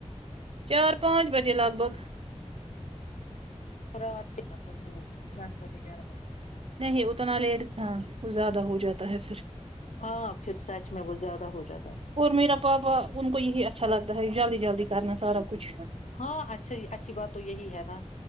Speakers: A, on the right (about 55°); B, on the left (about 80°).
A: چار پانچ بجے لگ بھگ
B: رات کے مطلب وہ دس بجے گیارہ بجے
A: نہیں اتنا لیٹ ہاں کچ زیادہ ہو جاتا ہے پھر
B: ہاں پھر سچ میں وہ زیادہ ہو جاتا ہے
A: اور میرا پاپا ان کو یہی اچھا لگتا ہے جلدی جبی کرنا سارا کچھ
B: ہاں اچھا اچھی بات تو یہی ہے نا